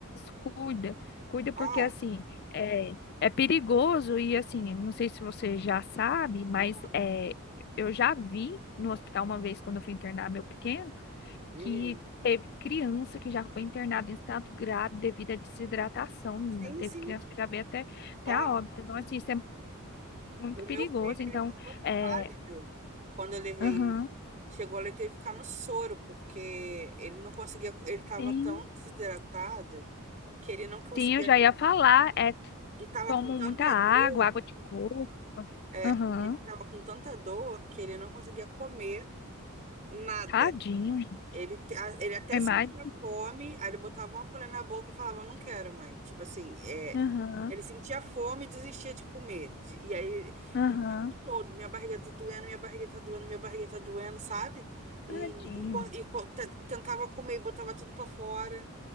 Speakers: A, on the left; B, on the right.
A: cuida. Cuida porque,
B: Ó,
A: assim, é, é perigoso e, assim, não sei se você já sabe, mas
B: aham.
A: é, eu já vi no hospital uma vez quando eu fui internar meu pequeno.
B: Uhum.
A: que teve criança que já foi internada em estado grave devido à desidratação, menina.
B: Sim,
A: Teve
B: sim.
A: criança que já veio até, até
B: Ó,
A: a óbito. Então, assim, isso é muito
B: o
A: perigoso.
B: meu filho,
A: Então,
B: ele tava
A: é,
B: pálido quando eu levei
A: aham.
B: Chegou ele ter que ficar no soro, porque ele não conseguia, ele estava
A: Sim.
B: tão desidratado que ele não conseguia
A: Sim, eu já
B: nem,
A: ia falar. É,
B: e estava
A: tomam
B: com tanta
A: muita água,
B: dor,
A: água de coco.
B: é,
A: Aham.
B: e ele estava com tanta dor que ele não conseguia comer nada.
A: Tadinho, gente.
B: Ele, te- a- ele até
A: É
B: sentia
A: mais.
B: fome, aí ele botava uma colher na boca e falava, não quero, mãe. Tipo assim, é,
A: Aham.
B: ele sentia fome e desistia de comer. De- E aí,
A: Aham.
B: e o tempo todo, minha barriga tá doendo, minha barriga tá doendo, minha barriga tá doendo, sabe? E,
A: Tadinho.
B: e, co- e co- te- tentava comer e botava tudo pra fora.